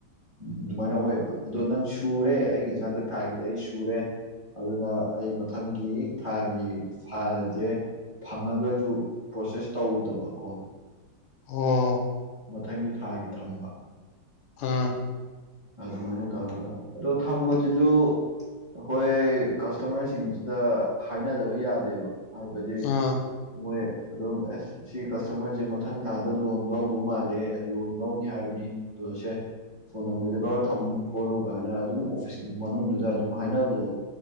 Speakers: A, on the right; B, on the left.
A: ꯎꯝ ꯑꯗꯨꯃꯥꯏꯅ ꯑꯣꯏꯑꯕ ꯑꯗꯣ ꯅꯪ ꯁꯨꯔꯦ ꯑꯩꯒꯤ ꯍꯟꯗꯛ ꯊꯥꯒꯤꯗꯤ ꯑꯩ ꯁꯨꯔꯦ ꯑꯗꯨꯅ ꯑꯩ ꯃꯊꯪꯒꯤ ꯊꯥꯒꯤ ꯐꯥꯏꯜꯖꯦ ꯐꯪꯉꯒꯖꯨ ꯄ꯭ꯔꯣꯁꯦꯁ ꯇꯧꯗꯕꯀꯣ
B: ꯑꯣ
A: ꯃꯊꯪꯒꯤ ꯊꯥꯒꯤ ꯊꯝꯕ
B: ꯑꯥ
A: ꯑꯗꯨꯃꯥꯏꯅ ꯇꯧꯔꯒ ꯑꯗꯣ ꯊꯝꯕꯗꯨꯖꯨ ꯑꯈꯣꯏ ꯀꯁꯇꯃꯔꯁꯤꯡꯁꯤꯗ ꯍꯥꯏꯅꯗꯕ ꯌꯥꯗꯦꯕ ꯍꯥꯏꯕꯗꯤ
B: ꯑꯥ
A: ꯃꯣꯏ ꯑꯗꯨꯝ ꯑꯦꯁ ꯁꯤ ꯀꯁꯇꯃꯔꯖꯦ ꯃꯊꯪ ꯊꯥꯗ ꯂꯣꯟ ꯂꯧꯗꯨ ꯃꯥꯜꯂꯦ ꯂꯣꯟ ꯂꯧꯅꯤ ꯍꯥꯏꯕꯅꯤ ꯑꯗꯣ ꯁꯦ ꯐꯣꯟ ꯅꯝꯕꯔꯗꯨ ꯂꯧꯔ ꯊꯝꯃꯨ ꯈꯣꯠꯂꯨ ꯀꯥꯏꯅ ꯑꯗꯨꯝ ꯑꯣꯐꯤꯁꯀꯤ ꯃꯅꯨꯡꯗꯨꯗ ꯑꯗꯨꯝ ꯍꯥꯏꯅꯕꯗꯣ